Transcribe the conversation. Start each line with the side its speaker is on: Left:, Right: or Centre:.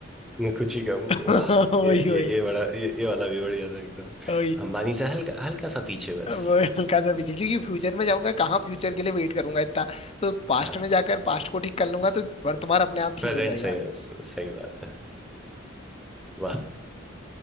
Centre: मैं कुछ ही कहूँ
Left: <laughs>
Centre: वाह
Left: वही
Centre: ये
Left: वही
Centre: ये ये बड़ा ये, ये वाला भी बढ़िया था एकदम
Left: वही
Centre: अंबानी से हल्का हल्का सा पीछे बस
Left: वो हल्का सा पीछे क्योंकि फ्यूचर में जाऊंगा कहाँ फ्यूचर के लिए वेट करूंगा इतना तो पास्ट
Centre: हाँ
Left: में जाकर पास्ट को ठीक कर लूंगा तो वर्तमान अपने आप ठीक
Centre: प्रेजेंट
Left: हो जाएगा
Centre: सही सही बात है वाह